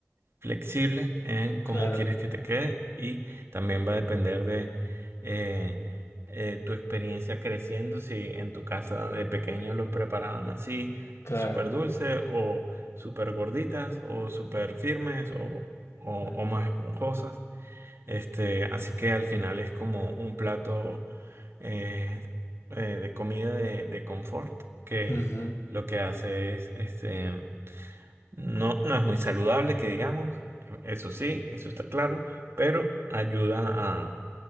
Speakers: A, on the right (about 60°); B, on the left (about 70°).
A: flexible en
B: claro,
A: cómo quieres que te quede y también va a depender de eh, eh, tu experiencia creciendo, si en tu casa de pequeño lo preparaban así,
B: claro.
A: súper dulce o súper gorditas o súper firmes o, o,
B: Ujú.
A: o más esponjosas. Este, así que al final es como un plato eh, eh, de comida de, de confort que
B: Ujú.
A: lo que hace es este, no, no es muy saludable que digamos, eso sí, eso está claro, pero ayuda a,